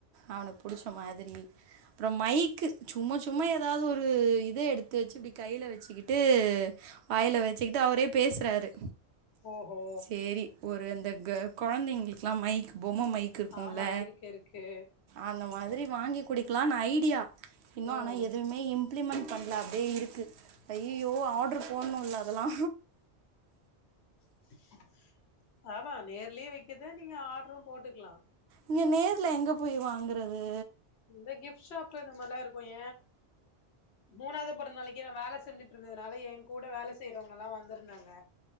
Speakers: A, on the right; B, on the left.
A: அவனுக்கு புடிச்ச மாதிரி அப்புறம் மைக்கு சும்மா சும்மா ஏதாவது ஒரு இத எடுத்து வச்சு இப்டி கைல வச்சுக்கிட்டு வாயில வ ச்சக்கிட்டு அவரே பேசுறாரு
B: ஓஹோ
A: சேரி ஒரு அந்த க கொழந்தைங்களுக்குலா மைக் பொம்ம மைக் இருக்குல்ல
B: ஆமா இருக்கு இருக்கு
A: அந்த மாரி வாங்கி குடிக்கலானு ஐடியா இன்னு
B: ம்
A: ஆனா எதுவுமே இம்ப்ளிமெண்ட் பண்ணல அப்டியே இருக்கு அய்யயோ ஆர்ட்ரு போடணும்ல அதெல்லா
B: <unintelligible> ஆமா நேர்லயே வக்கறது இதா நீங்க ஆர்டரும் போட்டுக்கலா
A: இங்க நேர்ல எங்க போய் வாங்குறது
B: இந்த கிஃப்ட் ஷாப் இந்தமார்ல்லா இருக்கு மூனாவது பிறந்த நாளைக்கு நா வேல செஞ்சுட்டு இருந்ததுனால என் கூட வேல செய்யறவங்களா வந்திருந்தாங்க